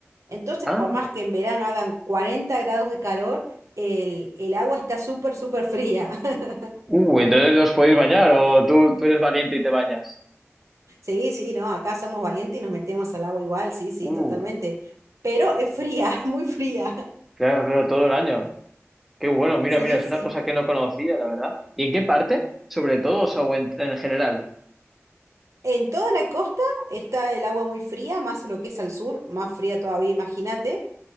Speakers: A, on the right; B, in the centre.
A: Entonces,
B: Ah,
A: por más que en verano hagan 40 grados de calor, el, el agua está súper, súper fría. <laughs>
B: uh, entonces nos podéis bañar o tú, tú eres valiente y te bañas.
A: Sí, sí, no, acá somos valientes y nos metemos al agua igual, sí, sí,
B: Uh,
A: totalmente. Pero es fría, <laughs> muy fría.
B: claro, claro, todo el año. Qué bueno, mira,
A: Sí,
B: mira, es
A: sí.
B: una cosa que no conocía, la verdad. ¿Y en qué parte? Sobre todo, o sea, o en, en general.
A: En toda la costa está el agua muy fría, más lo que es al sur, más fría todavía, imagínate.